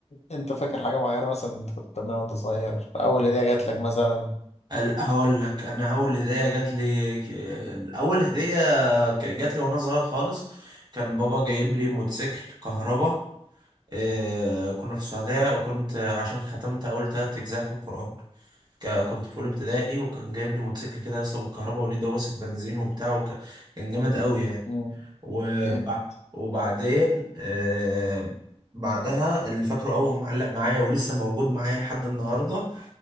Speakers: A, on the left; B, on the right.
A: انت فاكر حاجة معينة مثلا انت كنت بتعملها وانت صغير اول هدية جات لك مثلا
B: ال- هقول لك انا اول هديه جات لي ك- اول هديه ك- جات لي وانا صغير خالص كان بابا جايب لي موتوسيكل كهربا آه كنا في السعوديه وكنت عشان ختمت اول ثلاث اجزاء في القران ك- كنت في اولى ابتدائي وكان جايب لي موتوسيكل كده يا اسطى بالكهرباء وليه دواسه بنزين وبتاع وكان جامد قوي يعني
A: مم.
B: وبع...
A: جامد
B: وبعدين آه بعدها اللي فاكره أول معلق معايا ولسه موجود معايا لحد النهاردة